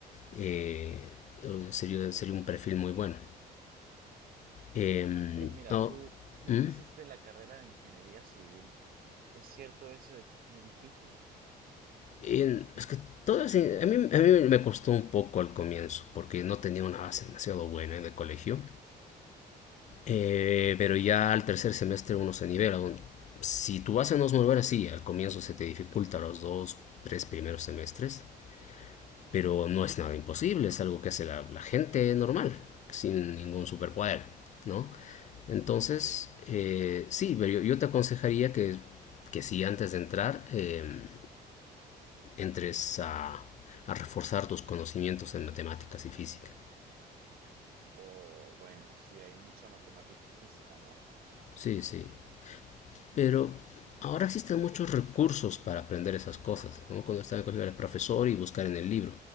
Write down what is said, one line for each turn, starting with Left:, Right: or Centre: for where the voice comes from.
Left: eh, sería, sería un perfil muy bueno.
Right: sí.
Left: Em,
Right: Pero mira,
Left: no,
Right: tú, tú
Left: ¿mm?
Right: que hiciste la carrera de ingeniería civil, es cierto eso de que es muy difícil.
Left: En- es que todo así, a mí, a mí me costó un poco al comienzo, porque no tenía una base demasiado buena de colegio.
Right: Ujú,
Left: Eh, pero ya al tercer semestre uno se nivela. un- Si tu base no es muy buena, sí, al comienzo se te dificulta los dos, tres primeros semestres, pero no es nada imposible, es algo que hace la, la gente normal, sin ningún superpoder, ¿no? Entonces,
Right: Sí,
Left: eh, sí, pero yo, yo te aconsejaría que, que si antes de entrar, em, entres a, a reforzar tus conocimientos en matemáticas y física.
Right: o bueno, sí, hay mucha matemática y física, ¿no?
Left: Sí, sí. Pero
Right: Uf.
Left: ahora existen muchos recursos para aprender esas cosas. ¿no? Cuando estaba en el colegio era profesor y buscar en el libro.